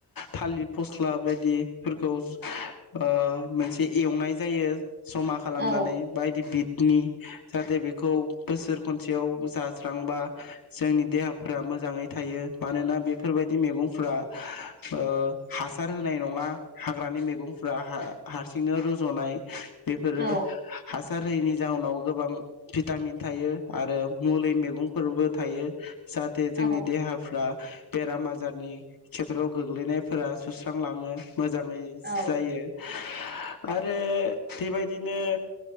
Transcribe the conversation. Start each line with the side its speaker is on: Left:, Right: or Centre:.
Left: थालिर फस्ला बायदिफोरखौ ओ मोनसे एवनाय जायो ज'मा खालामनानै
Right: औ
Left: बायदि बिद नि जाहाथे बेखौ बोसोर खनसेयाव जास्रांबा जोंनि देहाफ्रा मोजाङै थायो। मानोना बेफोरबादि मेगंफ्रा ओ हासार होनाय नङा हाग्रानि मैगंफ्रा हाहारसिंनो रजनाय बेफोरो
Right: औ
Left: हा सार होयैनि जाउनाव गोबां भिटामिन थायो आरो मुलै मैगंफोरबो थायो जाहाथे जोंनि
Right: औ
Left: देहाफ्रा बेराम आजारनि खेथ्रयाव गोग्लैनायफोरा सुस्रांलाङो मोजाङै
Right: औ
Left: जायो आरो बेबायदिनो